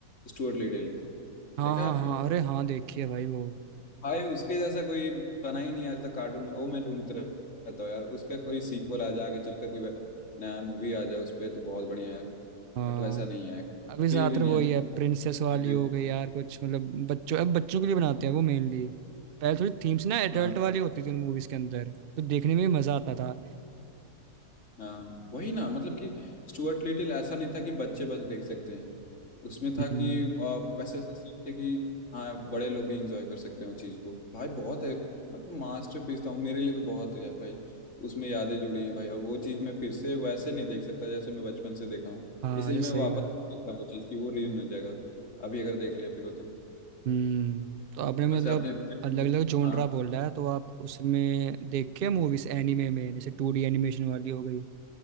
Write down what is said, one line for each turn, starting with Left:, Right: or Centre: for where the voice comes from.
Left: स्टुअर्ट लिटिल
Right: हाँ
Left: देखा
Right: हाँ
Left: है आपने
Right: हाँ अरे हाँ देखी है भाई वो
Left: भाई उसके जैसा कोई बना ही नहीं आज तक कार्टून वो मैं ढूंढता रहता हूँ यार उसका कोई सीक्वल आ जाए आगे चलकर कोई नया मूवी आ जाए उस पर तो बहुत बढ़िया यार
Right: हाँ
Left: बट वैसा नहीं है फील
Right: अभी ज्यादातर
Left: भी नहीं
Right: वही
Left: है
Right: है प्रिंसेस वाली
Left: फील
Right: हो गई यार कुछ मतलब बच्चों अब बच्चों के लिए बनाते हैं वो मेनली पहले थोड़ी थीम्स ना एडल्ट
Left: हाँ
Right: वाली होती थी उन मूवीज के अंदर तो देखने में भी मजा आता था
Left: हाँ वही ना मतलब कि स्टुअर्ट लिटिल ऐसा नहीं था कि बच्चे बस देख सकते हैं उसमें था
Right: हम्म
Left: कि आ, वैसे थे कि हाँ बड़े लोग भी इंजॉय कर सकते हैं उस चीज़ को भाई बहुत है मतलब मास्टरपीस था मेरे लिए तो बहुत है यार भाई उसमें यादें जुड़ी हैं भाई और वो चीज़ मैं फिर से वैसे नहीं देख सकता जैसे मैं बचपन से देखा हूँ
Right: हाँ
Left: इसलिए
Right: ये
Left: मैं
Right: सही
Left: वापस
Right: कहा
Left: देख सकता हूँ वो चीज़ की वो रियून हो जाएगा अभी अगर देख लिया फिर वो तो
Right: हम्म तो आपने मतलब
Left: वैसे आपने <laughs>
Right: अलग अलग जोनरा
Left: हाँ
Right: बोला है तो आप उसमें देखे मूवीज एनिमे में जैसे टू डी एनिमेशन वाली हो गई